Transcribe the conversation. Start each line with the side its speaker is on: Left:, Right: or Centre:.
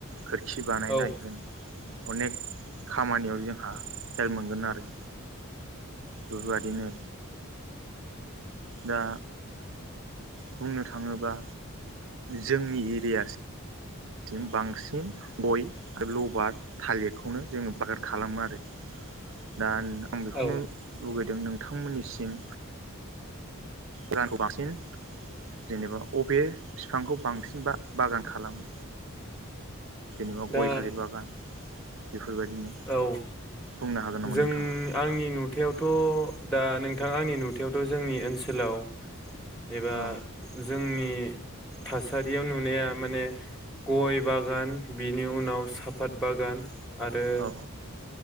Right: खोरखि बानायनाय
Centre: औ
Right: होन अनेक खामानियाव जोंहा हेल्प मोनगोन आरो बेफोरबायदिनो दा बुंनो थाङोबा जोंनि एरिया सिम बांसिन गयखौल' आबाद थालिरखौनो जोङो बागान खालामो आरो दा आं बेखौनो
Centre: औ
Right: लुबैदों नोंथांमोननिसिम उरांखौ <inaudible> बांसिन जेनेबा बबे बिफांखौ बांसिन बा-बागान खालामो जेनेबा गय
Centre: दा
Right: थालिर बागान बेफोरबायदिनो
Centre: औ
Right: बुंनो हागोन नामा
Centre: जों
Right: नोंथाङा
Centre: आंनि नुथायावथ' दा नोंथां आंनि नुथायावथ' जोंनि ओनसोलाव एबा
Right: औ
Centre: जोंनि थासारियाव नुनाया माने गयबागान बिनि उनाव साफात बागान आरो
Right: औ